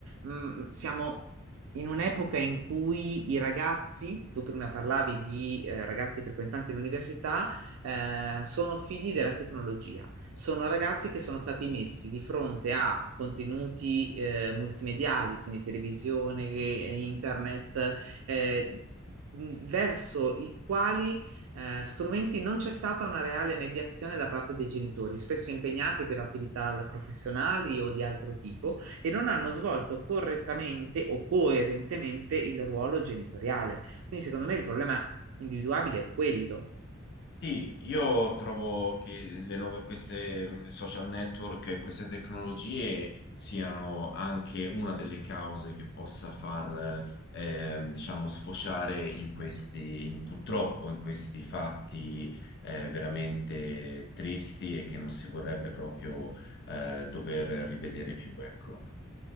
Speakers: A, on the right (about 70°); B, on the left (about 55°).
A: Mm, siamo in un'epoca in cui i ragazzi, tu prima parlavi di eh, ragazzi frequentanti l'università, eh, sono figli della tecnologia, sono ragazzi che sono stati messi di fronte a contenuti eh, multimediali, quindi televisione, eh, internet, eh, mh, verso i quali eh, strumenti non c'è stata una reale mediazione da parte dei genitori, spesso impegnati per attività professionali o di altro tipo, e non hanno svolto correttamente o coerentemente il ruolo genitoriale. Quindi, secondo me, il problema individuabile è quello.
B: Sì, io trovo che le nuove, queste mh, social network, e queste tecnologie siano anche una delle cause che possa far, eh, diciamo, sfociare in questi, in- purtroppo in questi fatti eh, veramente tristi e che non si vorrebbe proprio eh, dover rivedere più, ecco.